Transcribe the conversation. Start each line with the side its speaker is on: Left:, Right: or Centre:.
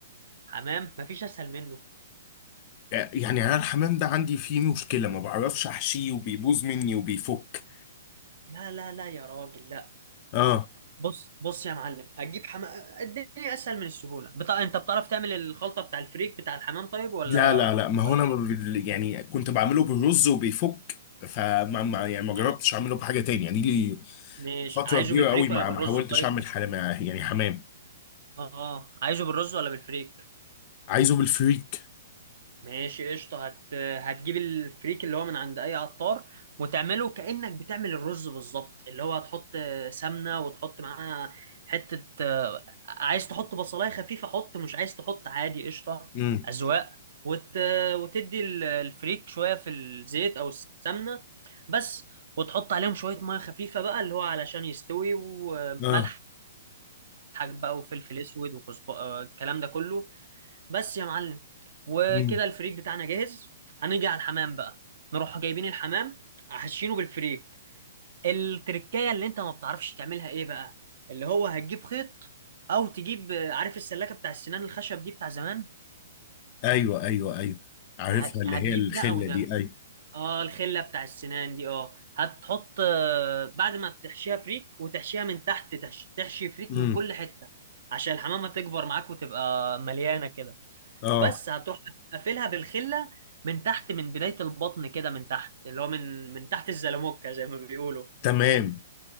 Right: حمام مفيش أسهل منه
Left: يعني انا الحمام ده عندي فيه مشكله ما بعرفش احشيه وبيبوظ مني وبيفك
Right: لا لا لا يا راجل لا
Left: اه
Right: بص بص يا معلم هتجيب حمام الدنيا اسهل من السهوله بتا... انت بتعرف تعمل الخلطه بتاع الفريك بتاع الحمام طيب ولا
Left: لا لا لا ما هو
Right: ولا
Left: انا ب- يعني كنت بعمله بالرز وبيفك فما ما يعني ما جربتش
Right: إيه؟
Left: اعمله بحاجه تاني يعني لي
Right: ماشي
Left: فتره
Right: عايزه
Left: كبيره
Right: بالفريك
Left: قوي ما
Right: ولا بالرز
Left: ما حاولتش
Right: طيب
Left: اعمل حمام يعني حمام
Right: اه عايزه بالرز ولا بالفريك
Left: عايزه بالفريك
Right: ماشي قشطة هت... هتجيب الفريك اللي هو من عند أي عطار وتعمله كأنك بتعمل الرز بالظبط اللي هو هتحط سمنة وتحط معاها حتة عايز تحط بصلاية خفيفة حط مش عايز تحط عادي قشطة
Left: امم
Right: أذواق وت... وتدي ال- الفريك شوية في الزيت أو السمنة بس وتحط عليهم شوية مية خفيفة بقى اللي هو علشان يستوي وملح
Left: اه
Right: بقى وفلفل أسود وكزب آه، الكلام ده كله بس يا معلم وكده
Left: امم
Right: الفريك بتاعنا جاهز هنيجي على الحمام بقى نروح جايبين الحمام حاشينه بالفريك التركية اللي انت ما بتعرفش تعملها ايه بقى اللي هو هتجيب خيط او تجيب آه، عارف السلاكة بتاع السنان الخشب دي بتاع زمان
Left: ايوه ايوه ايوه عارفها
Right: هت-
Left: اللي
Right: هتجيب
Left: هي الخله
Right: ده او ده
Left: دي ايوه
Right: اه الخلة بتاع السنان دي اه هتحط آه، بعد ما تحشيها فريك وتحشيها من تحت تحشي, تحشي فريك
Left: امم
Right: من كل حتة عشان الحمامة تكبر معاك وتبقى مليانة كده
Left: اه
Right: بس هتروح قافلها بالخله من تحت من بدايه البطن كده من تحت اللي هو من من تحت الزلموكه زي ما بيقولوا
Left: تمام